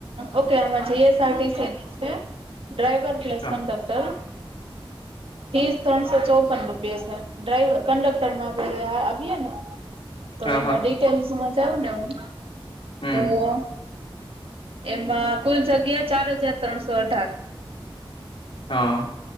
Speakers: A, on the right; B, on the left.
A: ઓકે આમાં જીએસઆરટી છે ડ્રાઈવર પ્લસ
B: હા
A: કન્ડક્ટર ત્રીસ ત્રણસો ચોપન રૂપિયા છે ડ્રાઈવર કંડક્ટરમાં આપણે આપીએ ને. તો
B: હા
A: એમાં
B: હા
A: ડિટેલ્સ જાઉને હું.
B: હમ
A: તો એમાં કુલ જગ્યા ચાર હજાર ત્રણસો અઢાર.
B: હા.